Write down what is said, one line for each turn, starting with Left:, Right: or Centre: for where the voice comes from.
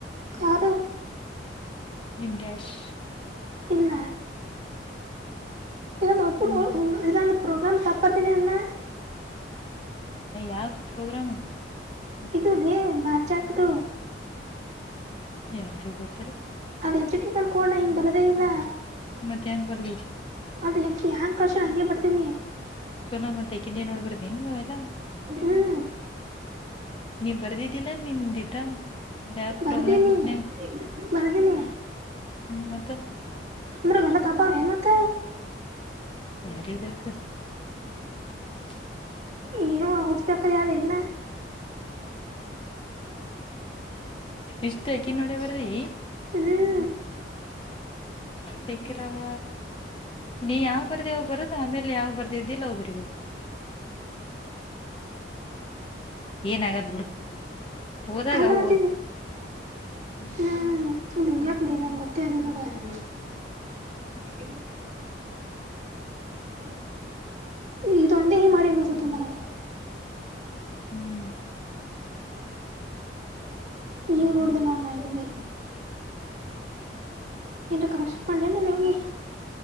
Right: ಯಾರ
Left: ನಿಮ ಡ್ಯಾಶ್
Right: ಇಲ್ಲ ಇದಂದು ಅುಟ್ಟ
Left: ಹ್ಮ್
Right: ಇದಂದು ಪ್ರೋಗ್ರಾಮ್ ತಪ್ಪಡ್ತೀನಿನ್ನ
Left: ಯಾವ್ದ್ ಪ್ರೋಗ್ರಾಮ್
Right: ಇದುಲ್ಲೇ ಬಾರ ಚಾಟದ
Left: ಯಾರಿಗೆ ಗೊತ್ತರಿ
Right: ಅದು ಹೆಚ್ ಡಿ ಮಲ್ಲಿ ಕೊಣ ಹಿಂಗ ಬರದೇ ಇಲ್ಲ
Left: ಮತ್ತೆ ಹೆಂಗ ಬರ್ದಿ
Right: ಅದ ಯಕಿ ಹಂಗ ಕಷಣ ಹಂಗಗೆ ಬಡ್ತೀನಿ
Left: ಚಲೋ ಮಾಡ್ತಾ ಕಿದ್ದಿ ನೋಡ್ ಬರ್ದಿನಿ ನೀ ಅವೆಲ್ಲ
Right: ಹ್ಮ್
Left: ನೀವ ಬರ್ದಿದ್ದಿಲ್ಲ ನಿಮ್ದಿದ್ರ ಬ್ಯಾ ಪ್ರೋಗ್ರಾಮ
Right: ಬರ್ದೀನಿ
Left: ಬುಕ್ನ
Right: ಬರ್ದೀನಿ
Left: ಹ್ಮ್ ಮತ್ತ
Right: ಮರ ಗಲ್ಲ ತಪ್ಪಾವ ನುತ್ತ
Left: ಯಾರಿಗ್ ಗೊತ್ತು <inaudible>
Right: ನೀವು ಹಗಚ್ಬೇಕ್ರ ಅನ್ನ
Left: ಇಷ್ಟ ಯಕಿ ನೋಡ ಬರಿ
Right: ಹ್ಮ್
Left: ಹಕರಾವ ನೀ ಯಾವ್ ಬರ್ದ ಯ ಬರುದ ಆಮೇಲೆ ಯಾವ ಬರ್ದಿದ್ದಿಿಲ್ಲ ಅವ್ವು ಬರಿೀಬೇಕು ಏನಗಾದ ಬಿಡ ಹೋದಾಗ
Right: ಅಲ್ಲ
Left: ಹಓದ್
Right: ಮತ್ತೀಗ ಹ್ಮ್ ಇನ್ ಯಾಕ್ಡಿ ನಂಗೆ ಗೊತ್ತೇ್ರ ನೋಡುವ ಸೆಕ ಚ ಎ ಇದು ಒಂದೇ ಹಿಂಗ ಮಾಡಿ ಅನ್ಸುತ್ತನವೇ
Left: ಹ್ಮ್
Right: ಈಗ ನೋಡ್ದ ನ ನಾ ಇ
Left: <unintelligible>
Right: ಕರೆಕ್ಷನ್ ಮಾಡ ನೀಮ್ಗೆ